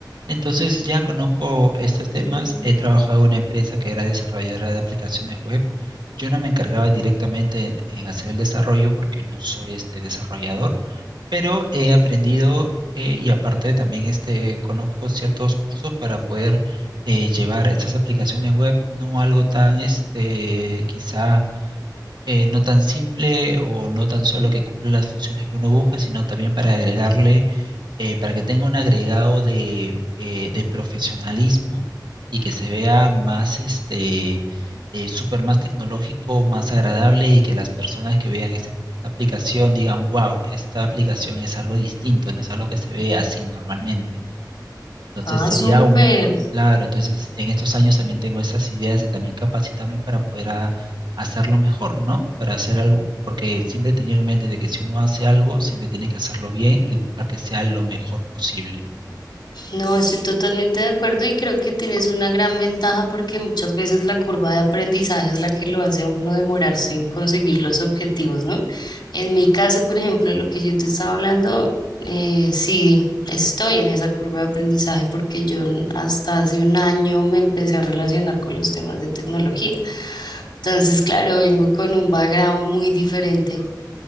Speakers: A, on the right; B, on the left.
A: Entonces ya conozco estos temas.
B: Mm,
A: He trabajado en una empresa que era desarrolladora de aplicaciones web. Yo no me encargaba directamente en hacer el desarrollo porque no soy este desarrollador pero he aprendido eh, y aparte también este, conozco ciertos cursos para poder eh, llevar estas aplicaciones web, no algo tan este, quizá eh, no tan simple o no tan solo que cumpla las funciones que uno busca, sino también para agregarle, eh, para que tenga un agregado de, eh, de profesionalismo y que se vea más, este, eh, súper más tecnológico, más agradable y que las personas que vean este- esta aplicación digan, wow, esta aplicación es algo distinto, no es algo que se ve así normalmente. Entonces
B: ah,
A: sería
B: súper.
A: un, claro, entonces en estos años también tengo esas ideas de también capacitarme para poder a- hacerlo mejor, ¿no? Para hacer algo, porque siempre he tenido en mente de que si uno hace algo, siempre tiene que hacerlo bien y buscar que sea lo mejor posible.
B: No, estoy totalmente de acuerdo y creo que tienes una gran ventaja porque muchas veces la curva de aprendizaje es la que lo hace a uno demorarse en conseguir los objetivos, ¿no? En mi caso, por ejemplo, lo que yo te estaba hablando, eh, sí, estoy en esa curva de aprendizaje porque yo hasta hace un año me empecé a relacionar con los temas de tecnología. Entonces, claro, vengo con un background muy diferente